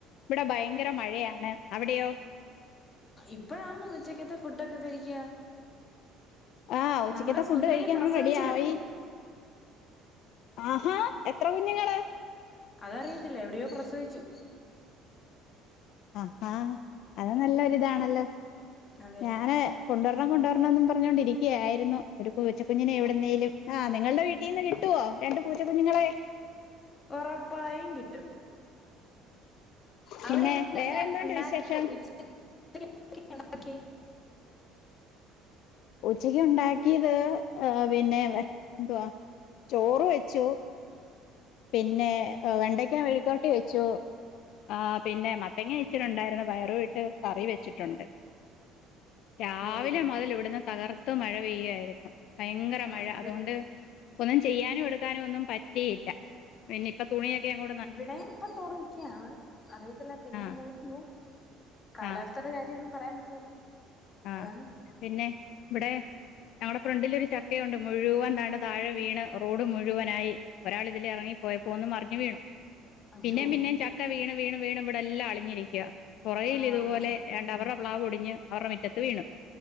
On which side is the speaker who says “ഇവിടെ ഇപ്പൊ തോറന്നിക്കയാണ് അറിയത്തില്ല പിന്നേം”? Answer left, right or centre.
Left